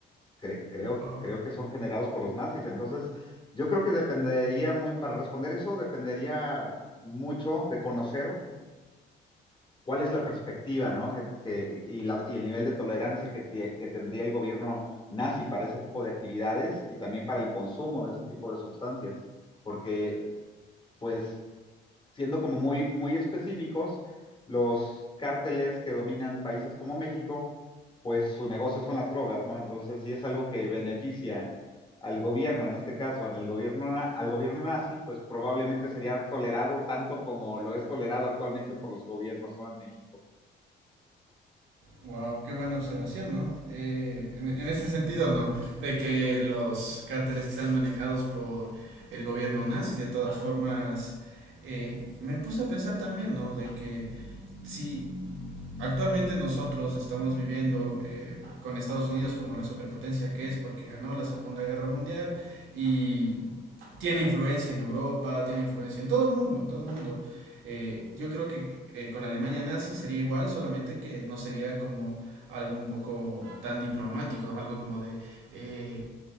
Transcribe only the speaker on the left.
Cre- creo,
creo que son generados por los nazis. Entonces, yo creo que dependería muy, para responder eso, dependería mucho de conocer cuál es la perspectiva, ¿no? Que, que- y, la- y el nivel de tolerancia que, tie- que tendría el gobierno nazi para ese tipo de actividades y también para el consumo de ese tipo de sustancias. Porque, pues, siendo como muy, muy específicos, los cárteles que dominan países como México, pues su negocio son las drogas, ¿no? Entonces, si es algo que beneficia al gobierno, en este caso, en el gobierno, na- al gobierno nazi, pues probablemente sería tolerado tanto como lo es tolerado actualmente por los gobiernos, ¿no? En México.